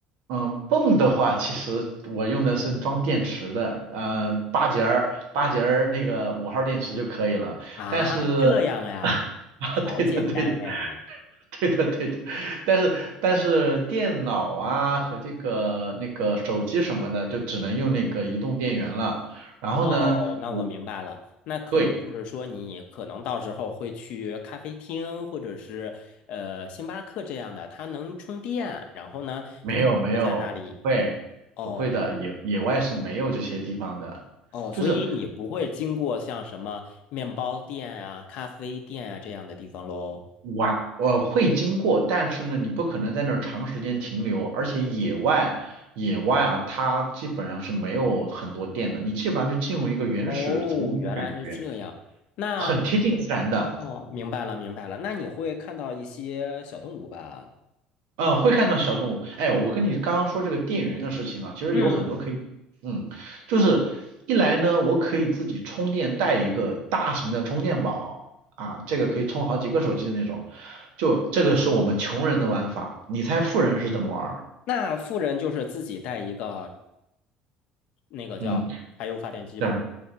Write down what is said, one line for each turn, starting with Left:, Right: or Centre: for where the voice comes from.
Right: 嗯，泵的话，其实我用的是装电池的，呃，八节儿八节儿那个五号电池就可以了。
Left: 啊，
Right: 但是，
Left: 这样呀，
Right: <laughs> 啊，
Left: 好简单哎。
Right: 对的，对的，对的，对的。但是，但是电脑啊和这个那个手机什么的，就只能用那个移动电源了。然后呢，
Left: 哦，那我明白了。
Right: 我
Left: 那可能或者说你可能到时候会去咖啡厅，
Right: 对，
Left: 或者是呃星巴克这样的，它能充电。然后呢，
Right: 没有没有，
Left: 你可以坐在那里。
Right: 不会不会的，
Left: 哦
Right: 野野外是没有这些地方的。
Left: 哦，
Right: 就是
Left: 所以你不会经过像什么面包店啊、咖啡店啊这样的地方喽？
Right: 玩，呃，会经过，但是呢，你不可能在那儿长时间停留，而且野外，野外啊，它基本上是没有很多电的，你基本上就进入一个原始丛林的感觉，
Left: 哦，原来是这样。那
Right: 很贴近自然的，
Left: 哦，明白了，明白了。那你会看到一些小动物吧？
Right: 嗯，会看到小动物。哎，我跟你刚刚说这个电源的事情啊，其实有很多可以，
Left: 嗯，
Right: 嗯，就是一来呢，我可以自己充电，带一个大型的充电宝啊，这个可以充好几个手机的那种，就这个是我们穷人的玩法，你猜富人是怎么玩儿？
Left: 那富人就是自己带一个那个叫柴油发电机吧？
Right: 嗯。但